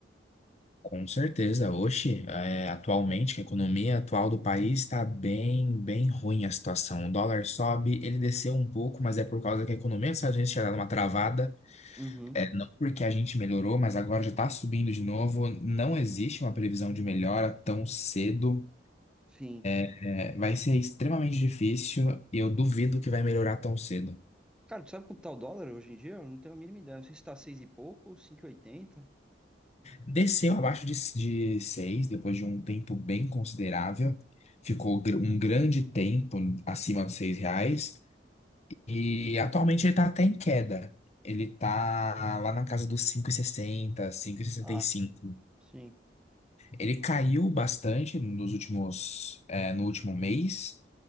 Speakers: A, on the left; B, in the centre.
A: Com certeza, hoje, é, atualmente, que a economia atual do país está bem, bem ruim a situação. O dólar sobe, ele desceu um pouco, mas é por causa que a economia dos Estados Unidos tinha dado uma travada.
B: Uhum,
A: É, não porque a gente melhorou, mas agora já está subindo de novo. Não existe uma previsão de melhora tão cedo.
B: sim.
A: É, vai ser extremamente difícil e eu duvido que vai melhorar tão cedo.
B: Cara, tu sabe quanto tá o dólar hoje em dia? Eu não tenho a mínima ideia. Não sei se tá seis e pouco ou cinco e oitenta.
A: Desceu abaixo de, de 6 depois de um tempo bem considerável. Ficou gr- um grande tempo acima dos 6 reais. E atualmente ele tá até em queda. Ele tá lá na casa dos 5,60, 5,65.
B: Ah, sim.
A: Ele caiu bastante nos últimos, é, no último mês.